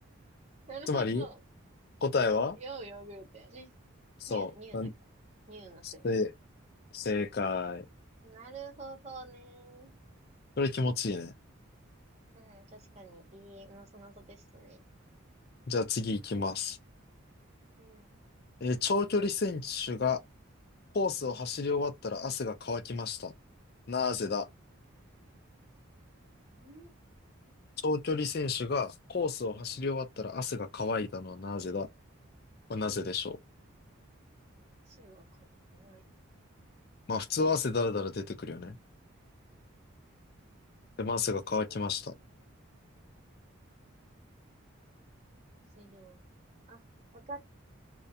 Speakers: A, on the right (about 30°); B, on the left (about 45°).
A: なるほど。
B: つまり、答えは
A: ようヨーグルトやね。
B: そう。
A: 乳、乳だから。
B: うん
A: 乳の製品。
B: せ、正解。
A: なるほどね。
B: これ気持ちいいね。
A: うん、確かに、いいのそなぞでしたね。
B: じゃあ次行きます。
A: うん。
B: えー長距離選手がコースを走り終わったら汗が乾きました。なぜだ
A: うん。
B: 長距離選手がコースを走り終わったら汗が乾いたのはなぜだこれなぜでしょ
A: 汗はかわいい。
B: うまあ普通は汗だらだら出てくるよね。でも汗が乾きました。
A: タンコース。汗量。あ、わかっ、